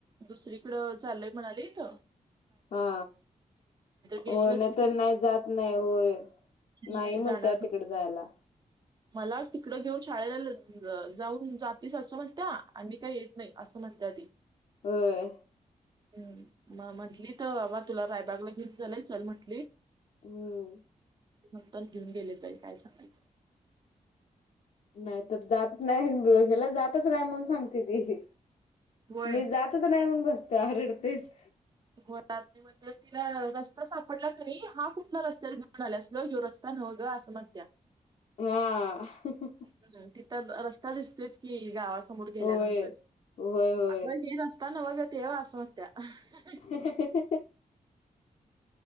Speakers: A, on the right; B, on the left.
A: दुसरीकडं चाललंय म्हणाली त
B: हा.
A: गेली
B: हो
A: नसती
B: नाही तर
A: ती
B: नाही जात नाही होय.
A: मी
B: नाही म्हणताय
A: जाणार न
B: तिकडे जायला.
A: मला तिकडं घेऊन शाळेला <unintelligible> जाऊन जातीस अस- <unintelligible> आम्ही काही येत नाही असं म्हणतेया ती.
B: होय.
A: हम म म्हटली तर बाबा तुला रायबागला घेऊन चलंय चल म्हंटली.
B: हम्म.
A: <unintelligible> घेऊन गेले बाई काय सांगायचं.
B: नाही तर जातच नाही. याला जातच नाही म्हणून सांगते ती.
A: होय
B: मी जातच नाही म्हणून बसत्या रडतेच.
A: <unintelligible> म्हणजे तिला रस्ता सापडला कणी. हा कुठल्या रस्त्यावर घेऊन आल्यास ग? ह्यो रस्ता न्हव ग असं म्हणतेया.
B: हा.
A: हम्म रस्ता दिसतोयच की गावासमोर गेल्यानंतर.
B: होय होय होय
A: <unintelligible> <unintelligible>
B: होय
A: नव्ह ग त्यो अस म्हणतेया.
B: <unintelligible>